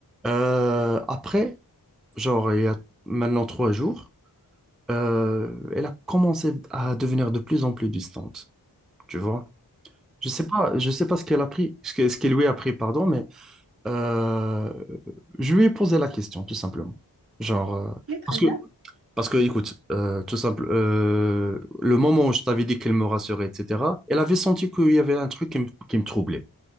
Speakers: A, in the centre; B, on the right.
A: euh, après. genre il y a maintenant trois jours, euh, elle a commencé à devenir de plus en plus distante, tu vois. Je sais pas, je sais pas ce qu'elle a pris, ce que- ce qu'elle lui a pris, pardon, mais euh, je lui ai posé la question, tout simplement. Genre, euh,
B: Ok, très
A: parce
B: bien.
A: que, parce que, écoute, euh, tout simple, euh, le moment où je t'avais dit qu'elle me rassurait, etc., elle avait senti qu'il y avait un truc qui me, qui me troublait.